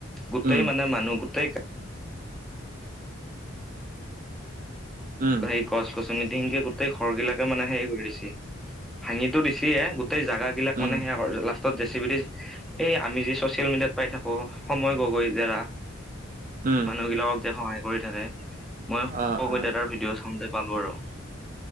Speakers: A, in the centre; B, on the right (about 40°).
A: গোটেই
B: উম
A: মানে মানুহ গোটেই-
B: উম
A: সেই গছ গছনি ধিঙ গোটেই ঘৰ গিলাকে মানে হেৰি কৰি দিছে, ভাঙিত দিছেই গোটে- গোটেই জাগা বিলাক
B: উম
A: মানে সেয়া লাষ্টত- দে চি বি এই আমি যি চচিয়েল মিডিয়াত পাই থাকো সময় গগৈ দ্বাৰা-
B: উম
A: মানুহবিলাকক যে সহায় কৰি থাকে মইয়ো
B: অ
A: সময়
B: অ
A: দাদাৰ ভি- ভিডিঅ' চাওঁতে পালো আৰু।